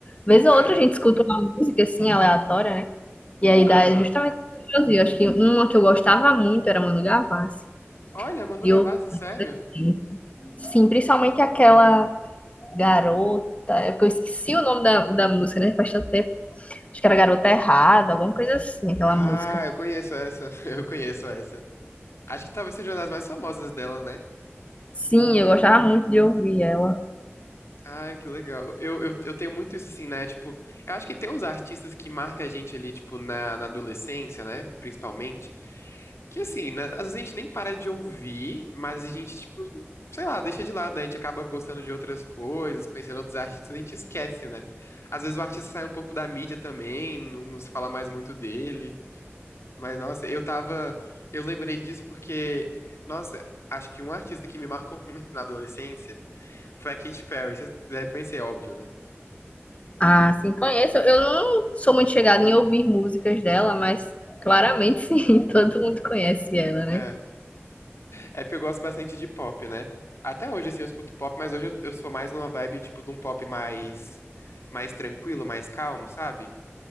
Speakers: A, on the left; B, on the left.
A: Vez ou
B: É.
A: outra a gente escuta uma música assim, aleatória, né? E aí
B: Aham.
A: dá justamente o que eu ouvi. Eu acho que uma que eu gostava muito era Manu Gavassi,
B: Olha, Manu
A: de
B: Gavassi,
A: ouvir.
B: sério?
A: assim. Sim, principalmente aquela garota. É porque eu esqueci o nome da, da música, né? Faz tanto tempo. Acho que era Garota Errada, alguma coisa assim, aquela
B: Ah,
A: música.
B: eu conheço essa. <laughs> Eu conheço essa. Acho que talvez seja uma das mais famosas dela, né?
A: Sim, eu gostava muito de ouvir ela.
B: Ai, que legal. Eu, eu, eu tenho muito isso assim, né? Tipo, eu acho que tem uns artistas que marcam a gente ali, tipo, na, na adolescência, né? Principalmente. Que assim, né? Às vezes a gente nem para de ouvir, mas a gente, tipo, sei lá, deixa de lado, né? A gente acaba gostando de outras coisas, conhecendo outros artistas, a gente esquece, né? Às vezes o artista sai um pouco da mídia também, não, não se fala mais muito dele. Mas, nossa, eu tava. Eu lembrei disso porque, nossa, acho que um artista que me marcou <laughs> muito na adolescência. Foi a Katy Perry, você deve conhecer, é óbvio, né?
A: Ah, sim, conheço. Eu não sou muito chegada em ouvir músicas dela, mas claramente sim, <laughs> todo mundo conhece ela, né?
B: É. É porque eu gosto bastante de pop, né? Até hoje, assim, eu escuto pop, mas hoje eu, eu sou mais numa vibe, tipo, de um pop mais, mais tranquilo, mais calmo, sabe?